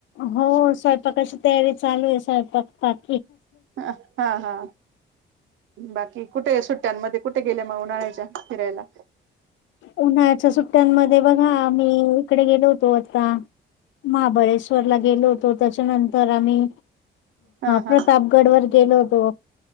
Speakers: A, on the left; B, on the right.
A: हो स्वयंपाकाची तयारी चालू आहे स्वयंपाक पाक
B: ह हा-हा, बाकी कुठे सुट्ट्यांमध्ये कुठे गेल्या मग उन्हाळायच्या फिरायला
A: उन्हाळ्याच्या सुट्ट्यांमध्ये बघा मीही इकडे गेलो होतो आता महाबळेश्वरला गेलो होतो, त्याच्यानंतर आम्ही
B: हा-हा
A: प्रतापगड वर गेलो होतो